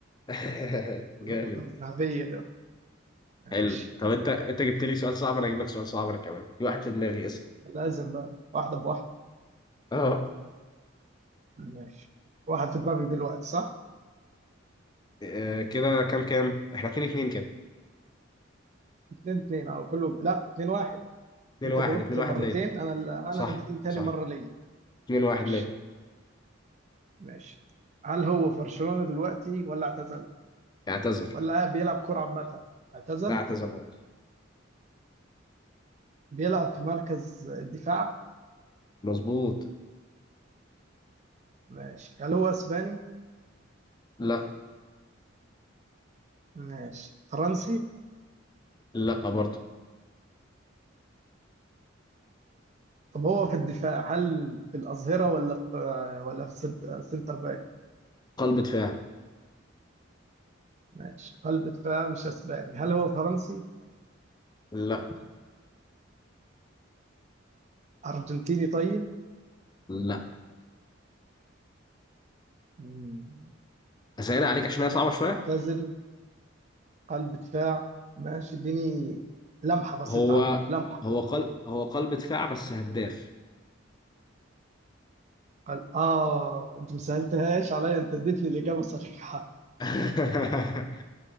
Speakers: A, on the left; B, on the right.
A: <laughs> جامد
B: الفترة الذهبية ده ماشي
A: حلو طب انت انت جبت لي سؤال صعب انا هجيب لك سؤال صعب أنا كمان في واحد في دماغي اسال
B: لازم بقى واحدة بواحدة
A: اه
B: ماشي واحد في دماغك دلوقتي صح؟
A: آه، كده كام كام؟ احنا 2 2 كده
B: اتنين اتنين اه كله لا اتنين واحد
A: 2
B: انت
A: 1
B: جاوبت
A: 2
B: مرتين
A: 1 ليه؟
B: انا
A: صح
B: انا دي تاني
A: صح
B: مرة ليا
A: 2 1
B: ماشي
A: ليه؟
B: ماشي هل هو في برشلونة دلوقتي ولا اعتزل؟
A: اعتزل
B: ولا بيلعب كرة عامة؟ اعتزل؟
A: لا اعتزل هو
B: بيلعب في مركز الدفاع؟
A: مظبوط
B: ماشي هل هو اسباني؟
A: لا
B: ماشي فرنسي؟
A: لا برضه
B: طب هو في الدفاع هل في الأظهرة ولا في ولا في سنت- سنتر باك؟
A: قلب دفاع
B: ماشي قلب دفاع مش اسباني هل هو فرنسي؟
A: لا
B: ارجنتيني طيب؟
A: لا
B: مم.
A: اسئله عليك عشان هي صعبه شويه
B: معتزل قلب دفاع ماشي اديني لمحة بسيطة
A: هو
B: عنه لمحة
A: هو قلب هو قلب دفاع بس هداف
B: قال اه انت ما سهلتهاش عليا انت اديتني الإجابة صريحة
A: <laughs>